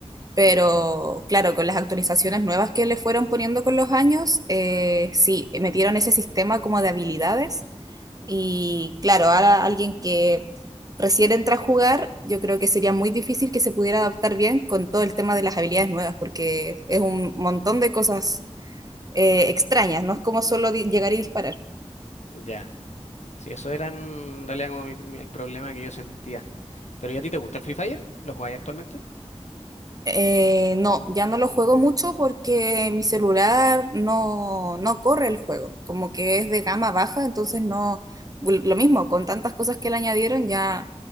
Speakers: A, on the right; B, on the left.
A: Pero claro, con las actualizaciones nuevas que le fueron poniendo con los años, eh, sí, metieron ese sistema como de habilidades Y claro, ahora alguien que recién entra a jugar, yo creo que sería muy difícil que se pudiera adaptar bien con todo el tema de las habilidades nuevas, porque es un montón de cosas eh, extrañas, no es como solo di- llegar y disparar.
B: Ya. Sí, eso era en realidad como mi- mi- el problema que yo sentía. Pero ¿y a ti te gusta el Free Fire? ¿Lo jugáis actualmente?
A: Eh, no, ya no lo juego mucho porque mi celular no, no corre el juego, como que es de gama baja, entonces no, lo mismo, con tantas cosas que le añadieron ya,